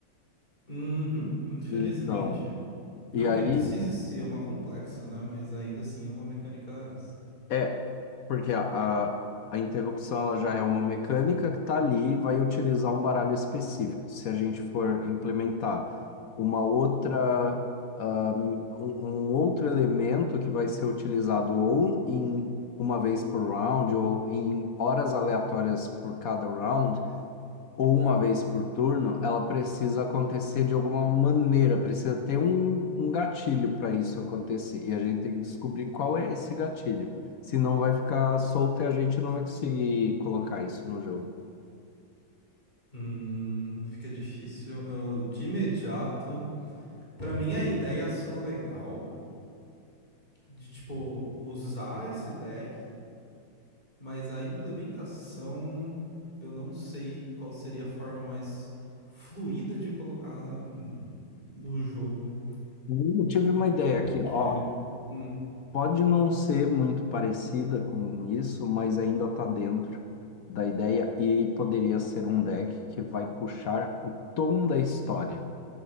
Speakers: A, on the left; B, on the left.
A: Uhum, infelizmente,
B: Então.
A: não
B: E aí,
A: que precise ser uma complexa, né? Mas ainda assim é uma mecânica.
B: é. Porque a, a, a interrupção ela já é uma mecânica que tá ali e vai utilizar um baralho específico. Se a gente for implementar uma outra. ah, um, um outro elemento que vai ser utilizado ou em uma vez por round, ou em horas aleatórias por cada round. ou uma vez por turno, ela precisa acontecer de alguma maneira, precisa ter um, um gatilho para isso acontecer. E a gente tem que descobrir qual é esse gatilho. Senão vai ficar solto e a gente não vai conseguir colocar isso no jogo.
A: Hum, fica difícil. Eu, de imediato, pra mim a ideia soa legal de tipo usar esse deck Mas a implementação, eu não sei qual seria a forma mais fluida de colocar n- no jogo,
B: Eu tive uma ideia
A: porque
B: aqui, ó.
A: hum,
B: Pode não ser muito parecida com isso, mas ainda está dentro da ideia e poderia ser um deck que vai puxar o tom da história.